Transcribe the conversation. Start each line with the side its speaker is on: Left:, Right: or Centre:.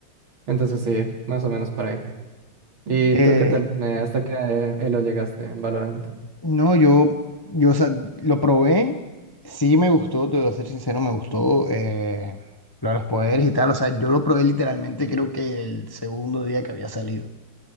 Right: Entonces, sí, más o menos por ahí. ¿Y
Left: Eh,
Right: tú qué tal? Eh, ¿Hasta qué eh, elo llegaste en Valorant?
Left: no, yo, yo, o sea, lo probé, sí me gustó, te voy a ser sincero, me gustó eh, lo de los poderes y tal. O sea, yo lo probé literalmente creo que el segundo día que había salido.